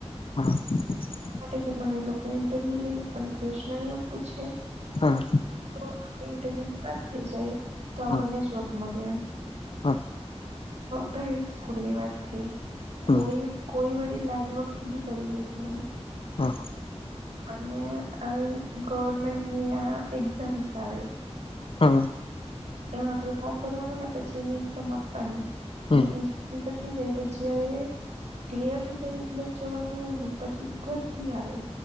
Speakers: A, on the left (about 55°); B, on the right (about 70°).
A: હા.
B: જનો એ લોકો ઇન્ટરવ્યુ લઈ આપણને પ્રશ્ન એવ પૂછે.
A: હા.
B: તો આપ ઇન્ટરવ્યુમાં પાસ થઈ જાય તો આપણને
A: હા
B: જોબ મળે એમ.
A: હા હા
B: પ્રાઈવેટ સ્કૂલ ની વાત છે
A: હમ
B: કોઈ. કોઈ વળડી લાગભગ સી બી કરીડી દે તું હો.
A: હા.
B: અને આ ગવર્મેન્ટની આ એક્ઝામ્સ આવે.
A: હા.
B: એમાં આપડણે ફોર્મ ભરવાનું ને પછી એની એક્ઝામ આપવાની
A: હમ
B: ને એ. પઠ જાય તો જી. ક્લિયર થઈ જાય એટલે જોવાનું એવું નહિ પછી ભરતી આવે.